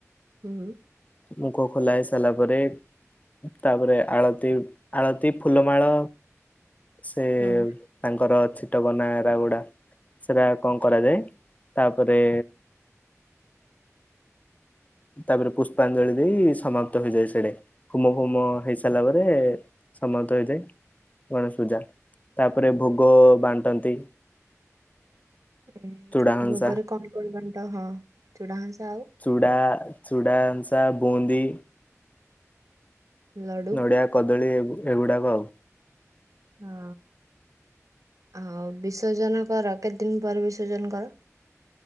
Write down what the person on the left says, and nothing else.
ମୁଖ ଖୋଲା ହେଇ ସାରିଲା ପରେ ତାପରେ ଆଳତି, ଆଳତି, ଫୁଲମାଳ, ସେ
ତାଙ୍କର ଛିଟ କନା ରାଗୁଡା, ସେରା କଣ କରାଯାଏ, ତାପରେ ତାପରେ ପୁଷ୍ପାଞ୍ଜଳି ଦେଇ ସମାପ୍ତ ହେଇଯାଏ ସେଟେ, ହୁମ ହୁମ ହେଇ ସାରିଲା ପରେ ସମସ୍ତ ହେଇଯାଏ ଗଣେଶ ପୁଜା ତାପରେ ଭୋଗ ବାଣ୍ଟନ୍ତି।
ଚୁଡାହଂସା।
ଚୁଡ଼ା, ଚୁଡ଼ାସାଁ, ବୁନ୍ଦି
ନଡ଼ିଆ, କଦଳୀ, ଏ ଏଗୁଡ଼ାକ ଆଉ।